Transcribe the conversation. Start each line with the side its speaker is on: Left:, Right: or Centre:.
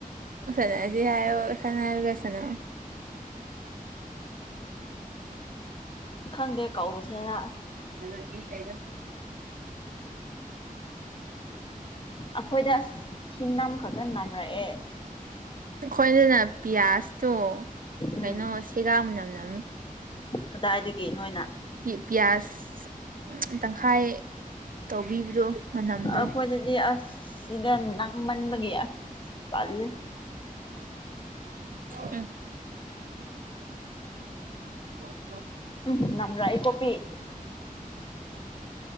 Right: ꯁ ꯁꯅꯒ ꯁꯅ
Left: ꯈꯪꯗꯦ ꯀꯁꯦ ꯍꯥꯏꯔ ꯑꯁ
Right: ꯅ ꯀ ꯀꯥꯏꯗ
Left: ꯑꯩꯈꯣꯏꯗ ꯍꯤꯟꯅꯥꯝꯈꯛꯇ ꯅꯝꯕ꯭ꯔꯌꯦꯦ
Right: ꯑꯩꯈꯣꯏꯗꯅ ꯄꯤꯌꯥꯁꯇꯣ ꯀꯩꯅꯣ
Left: ꯎꯝ
Right: ꯁꯦꯒꯥꯡ ꯅꯝ ꯅꯝꯃꯤ
Left: ꯀꯗꯥꯏꯗꯒꯤ ꯅꯣꯏꯅ
Right: ꯄꯤꯌꯥꯁ ꯇꯪꯈꯥꯏ ꯇꯧꯕꯤꯕꯗꯣ ꯃꯅꯝꯗꯣ
Left: ꯑꯩꯈꯣꯏꯗꯗꯤ ꯑꯁ ꯁꯤꯗ ꯅꯪꯃꯟꯕꯒꯤ ꯑꯁ ꯄꯜꯂꯤ
Right: ꯎꯝ ꯎꯝ
Left: ꯎꯝ ꯅꯪ꯭ꯔ ꯏꯇꯣꯄꯤ